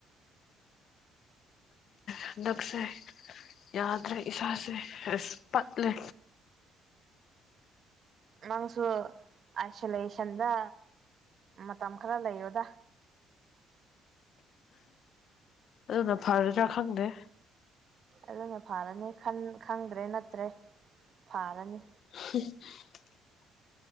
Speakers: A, on the left; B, on the right.
A: ꯍꯟꯗꯛꯁꯦ ꯌꯥꯗ꯭ꯔꯦ ꯏꯁꯥꯁꯦ ꯔꯦꯁ ꯄꯛꯂꯦ
B: ꯅꯪꯁꯨ ꯑꯥꯏꯁꯣꯂꯦꯁꯟꯗ ꯃꯇꯝ ꯈꯔ ꯂꯩꯌꯣꯗ
A: ꯑꯗꯨꯅ ꯐꯔꯗ꯭ꯔꯥ ꯈꯪꯗꯦ
B: ꯑꯗꯨꯅ ꯐꯥꯔꯅꯤ ꯈꯪꯗ꯭ꯔꯦ ꯅꯠꯇ꯭ꯔꯦ ꯐꯥꯔꯅꯤ
A: <unintelligible>